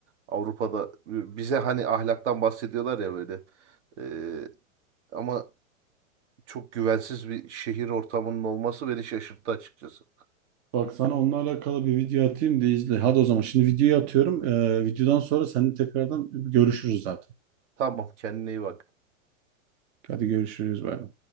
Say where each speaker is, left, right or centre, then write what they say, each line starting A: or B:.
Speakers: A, on the right (about 60°); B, on the right (about 30°).
A: Avrupa'da e, bize hani ahlaktan bahsediyorlar ya böyle. Ee, ama çok güvensiz bir şehir ortamının olması beni şaşırttı açıkçası.
B: Bak sana onunla alakalı bir video atayım da izle. Hadi o zaman şimdi videoyu atıyorum. Ee, videodan sonra seninle tekrardan görüşürüz zaten.
A: Tamam kendine iyi bak.
B: Hadi görüşürüz. Bay bay.